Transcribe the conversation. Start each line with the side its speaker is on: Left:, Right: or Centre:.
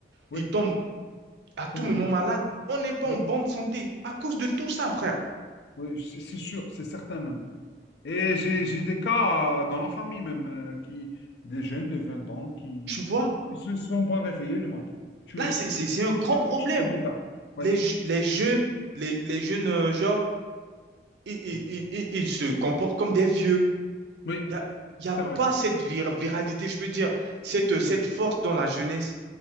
Left: oui,
Right: Ils tombent à tout
Left: comme
Right: moment
Left: des mouches,
Right: malades. On n'est pas
Left: oui
Right: en bonne santé à cause de tout ça, frère.
Left: Oui, c'est c'est sûr, c'est certain même. Et j'ai j'ai des cas euh, dans la famille même, euh, qui, des jeunes de 20 ans qui
Right: Tu vois?
Left: ne se sont pas réveillés le matin. Tu,
Right: Là, c'est
Left: enfin,
Right: c'est- c'est un grand
Left: c'est
Right: problème.
Left: quelque chose de bizarre. Oui,
Right: Les, je- les jeunes, les, les jeunes, euh, genre, ils, ils-
Left: Mm.
Right: ils- ils- ils se comportent comme des vieux.
Left: oui,
Right: Il n'y a, y
Left: c'est
Right: a
Left: vrai.
Right: pas cette vir- viralité, je peux dire, cette, euh, cette
Left: Mm.
Right: force dans la jeunesse.